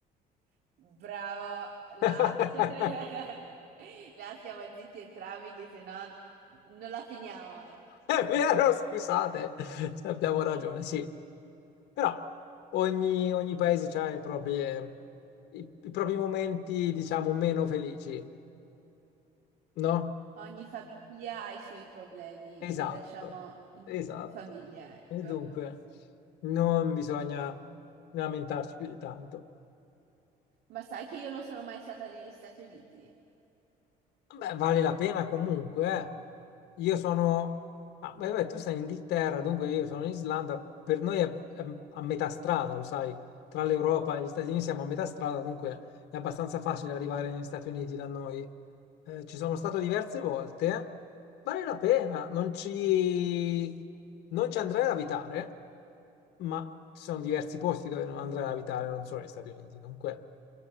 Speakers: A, on the right; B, on the left.
A: <laughs> Bravo,
B: <laughs>
A: là.
B: È
A: <laughs> Là stiamo zitti entrambi che se no non la finiamo, eh.
B: vero, scusate, Cioè, abbiamo ragione, sì. Però ogni, ogni paese ha i propri, i, i propri momenti, diciamo, meno felici, no?
A: Ogni famiglia ha i suoi problemi
B: Esatto,
A: e li lasciamo in
B: esatto.
A: famiglia, ecco.
B: E dunque, non bisogna lamentarci più di tanto.
A: Ma sai che io non sono mai stata negli Stati Uniti,
B: Beh, vale la pena comunque. eh. Io sono... ah, beh, beh, tu sei in Inghilterra, dunque io sono in Islanda. Per noi è, è a metà strada, lo sai, tra l'Europa e gli Stati Uniti siamo a metà strada, dunque è abbastanza facile arrivare negli Stati Uniti da noi. Eh, ci sono stato diverse volte. Vale la pena, non ci, non ci andrei ad abitare, ma ci sono diversi posti dove non andrei ad abitare, non solo negli Stati Uniti. Dunque...